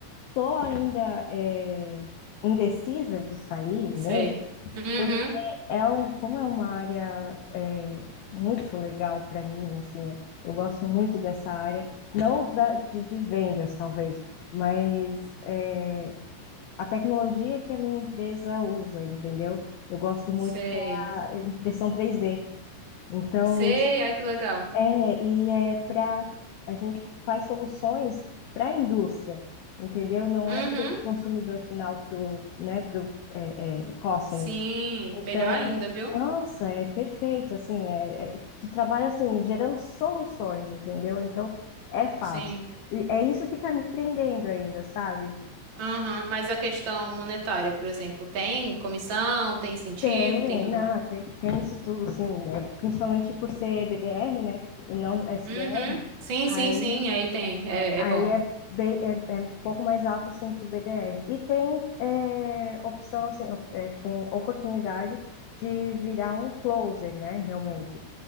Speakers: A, on the left; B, on the right.
A: tô ainda é, indecisa de sair
B: Sei.
A: mesmo,
B: Uhum.
A: porque é um, como é uma área é, muito legal para mim, assim, eu gosto muito dessa área, não da, de, de vendas, talvez, mas é, a tecnologia que a minha empresa usa, entendeu? Eu gosto muito
B: Sei.
A: que é a impressão três d Então,
B: Sei.
A: isso-
B: Ai, que legal.
A: é, e é para a gente faz soluções para a indústria, entendeu? Não
B: Uhum.
A: é para o consumidor final, para o, né, para o é, é, customer.
B: Sim.
A: Então,
B: Melhor ainda, viu?
A: nossa, é perfeito, assim, é, é, tu trabalha assim, gerando soluções, entendeu? Então, é fácil.
B: Sim.
A: E é isso que está me prendendo ainda, sabe?
B: Aham, mas a questão monetária, por exemplo, tem comissão, tem incentivo,
A: Tem,
B: tem tudo
A: não,
B: mais?
A: tem, tem isso tudo, assim, é, principalmente por ser BDR, né, e não SDR,
B: Uhum. Sim,
A: aí,
B: sim, sim, aí tem. É,
A: aí
B: é bom.
A: é, bem, é, é um pouco mais alto, assim, que o BDR. E tem é, opção, assim, op- é, tem oportunidade de virar um closer, né, realmente.